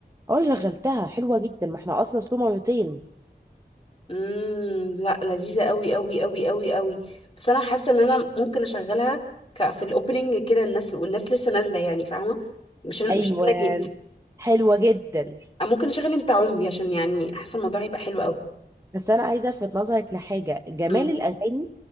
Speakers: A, on the right (about 20°); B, on the left (about 35°).
A: اه شغلتها حلوه جدا ما احنا اصلا سلو مرتين
B: امم لا لذيذه قوي قوي قوي قوي قوي بس انا حاسه ان انا ممكن اشغلها ك... في الاوبننج كده الناس والناس لسه نازله يعني فاهمه مش أنا-
A: ايوه
B: مش انا جيت
A: حلوه جدا
B: ممكن اشغل انت عمري عشان يعني حاسه الموضوع هيبقى حلو
A: بس انا عايزه الفت نظرك لحاجه جمال
B: قوي
A: الاغاني